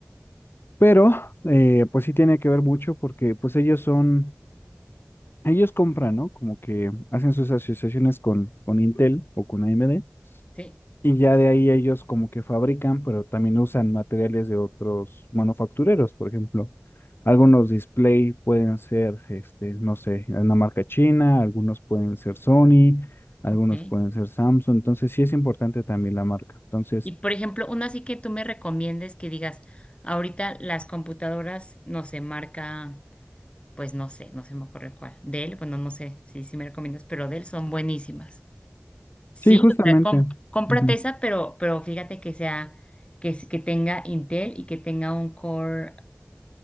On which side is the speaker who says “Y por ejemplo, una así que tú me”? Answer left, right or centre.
Left